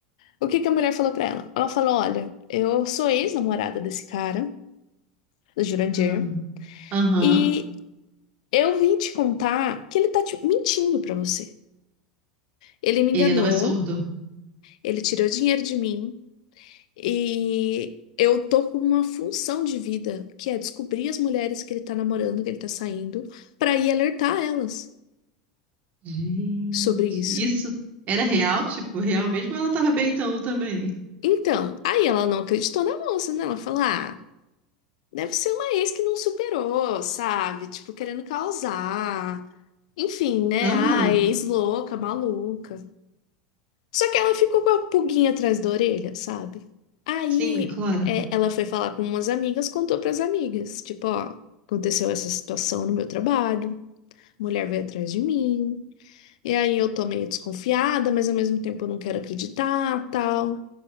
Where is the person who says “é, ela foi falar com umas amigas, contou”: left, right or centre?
Left